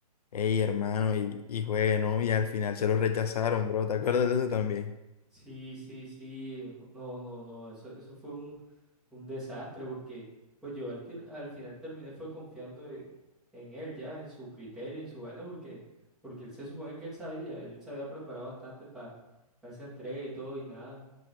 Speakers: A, on the left (about 75°); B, in the centre.
A: Hey, hermano, y, y juegue, ¿no? Y al final se lo rechazaron, bro, ¿te acuerdas de eso también?
B: Sí, sí, sí. No, no, no. Eso, eso fue un un desastre porque pues yo al, tir- al final terminé fue confiando en, en él ya, en su criterio, en su vaina, porque, porque él se supone que él sabía, él se había preparado bastante para esa entrega y todo y nada.